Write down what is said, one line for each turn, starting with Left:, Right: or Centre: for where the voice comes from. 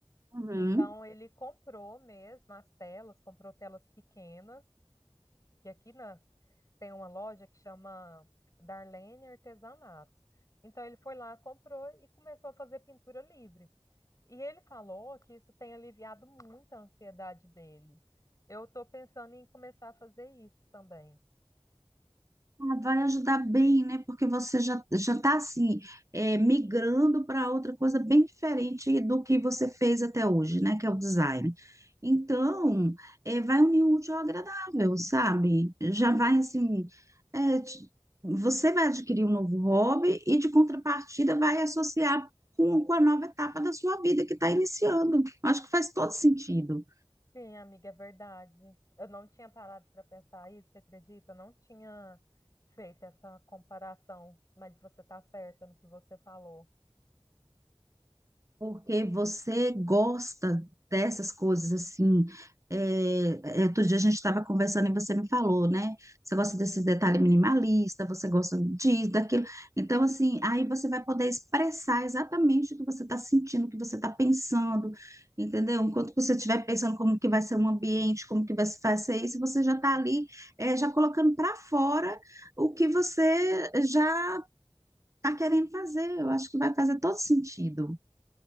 Right: Uhum.
Left: Então ele comprou mesmo as telas, comprou telas pequenas, que aqui nas, tem uma loja que chama Darlene Artesanatos. Então ele foi lá, comprou e começou a fazer pintura livre. E ele falou que isso tem aliviado muito a ansiedade dele. Eu estou pensando em começar a fazer isso também.
Right: Ah, Vai ajudar bem, né? Porque você já já está assim é, migrando para outra coisa bem diferente do que você fez até hoje, né? Que é o design. Então, é, vai unir o útil ao agradável, sabe? Já vai assim, é, te- você vai adquirir um novo hobby e de contrapartida vai associar com, com a nova etapa da sua vida que está iniciando. Acho que faz todo sentido.
Left: Sim, amiga, é verdade. Eu não tinha parado para pensar isso, você acredita? Eu não tinha feito essa comparação, mas você está certa no que você falou.
Right: porque você gosta dessas coisas assim. É, é, outro dia a gente estava conversando e você me falou, né? Você gosta desse detalhe minimalista, você gosta disso, daquilo. Então, assim, aí você vai poder expressar exatamente o que você está sentindo, o que você está pensando, entendeu? Enquanto você estiver pensando como que vai ser um ambiente, como que vai se- vai ser isso, você já está ali, é, já colocando para fora o que você já está querendo fazer. Eu acho que vai fazer todo sentido.